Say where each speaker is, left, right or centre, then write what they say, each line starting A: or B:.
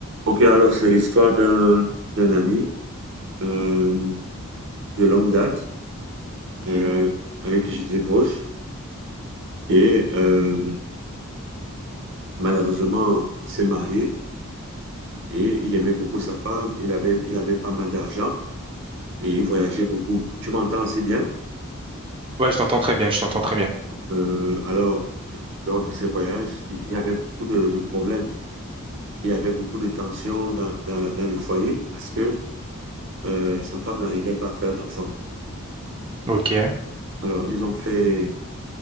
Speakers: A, on the right; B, on the right.
A: Ok, alors c'est l'histoire d'un d'un ami euh, de longue date euh, avec qui j'étais proche et euh, malheureusement il s'est marié et il aimait beaucoup sa femme, il avait il avait pas mal d'argent et il voyageait beaucoup. Tu m'entends assez bien?
B: Ouais, je t'entends très bien, je t'entends très bien.
A: Euh, alors lors de ces voyages, il il y avait beaucoup de, de problèmes, il y avait beaucoup de tensions dans, dans, la- dans le foyer parce que euh, sa femme n'arrivait pas à faire d'enfants.
B: Ok,
A: Alors ils ont fait